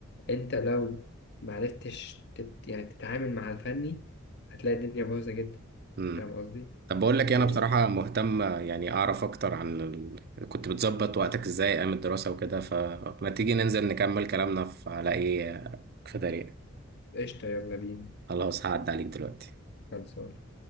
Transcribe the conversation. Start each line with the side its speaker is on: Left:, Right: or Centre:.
Left: أنت لو معرفتش تت يعني تتعامل مع الفني هتلاقي الدنيا بايظة جدا
Right: امم
Left: فاهم قصدي؟
Right: طب بقول لك
Left: يعني
Right: إيه، انا بصراحة مهتم يعني اعرف اكتر عن ال... كنت بتظبط وقتك ازاي ايام الدراسة وكده فما تيجي ننزل نكمل كلامنا في على ايه في طريق
Left: قشطة يلا بينا
Right: خلاص هعدي عليك دلوقتي
Left: خلصانة